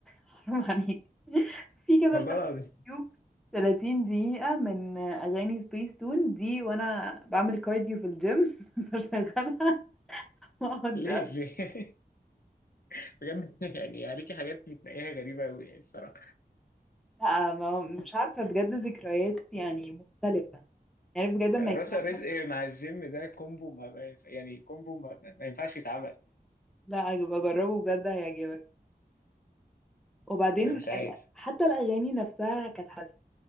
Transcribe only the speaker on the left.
والله العظيم
ليه ليه <laughs> بجد يعني عليكي حاجات بتنقيها غريبة أوي يعني الصراحة
رشا
رزق مع الجيم ده كومبو ما ما ينفع يعني كومبو ما, ما ما ينفعش يتعمل
ما مش عايز